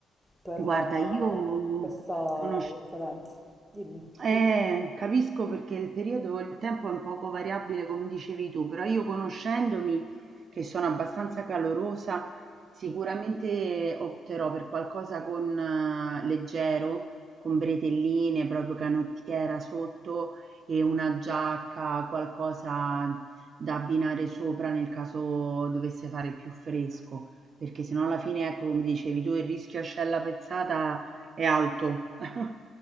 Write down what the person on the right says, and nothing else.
Guarda,
io
conosci
Eh, capisco perché il periodo, il tempo è un poco variabile, come dicevi tu, però io conoscendomi, che sono abbastanza calorosa, sicuramente opterò per qualcosa con eh, leggero, con bretelline, proprio canottiera sotto e una giacca, qualcosa da abbinare sopra nel caso dovesse fare più fresco, perché sennò alla fine, ecco, come dicevi tu, il rischio ascella pezzata è alto. <laughs>